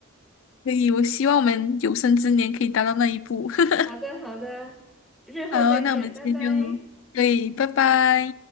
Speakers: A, on the left; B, in the centre.
A: 所以，我希望我们有生之年可以达到那一步。<laughs>
B: 好的，好的，日后再见，
A: 好，那我们今天就，
B: 拜拜。
A: 对，拜拜。